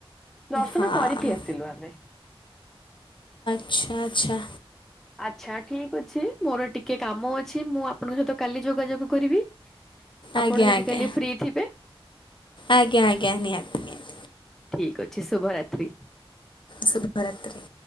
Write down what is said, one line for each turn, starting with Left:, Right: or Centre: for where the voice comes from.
Centre: ଦର୍ଶନ
Left: ହଁ
Centre: କରିକି ଆସିଲୁ ଆମେ।
Left: ଆଛା ଆଚ୍ଛା।
Centre: ଆଚ୍ଛା ଠିକ ଅଛି ମୋର ଟିକେ କାମ ଅଛି ମୁଁ ଆପଣଙ୍କ ସହିତ କାଲି ଯୋଗାଯୋଗ କରିବି। ଆପଣ
Left: ଆଜ୍ଞା
Centre: ଯଦି
Left: ଆଜ୍ଞା
Centre: କାଲି ଫ୍ରି ଥିବେ
Left: ଆଜ୍ଞା ଆଜ୍ଞା ନିହାତି ନିହାତି।
Centre: ଠିକ ଅଛି ଶୁଭରାତ୍ରି।
Left: ଶୁଭରାତ୍ରି।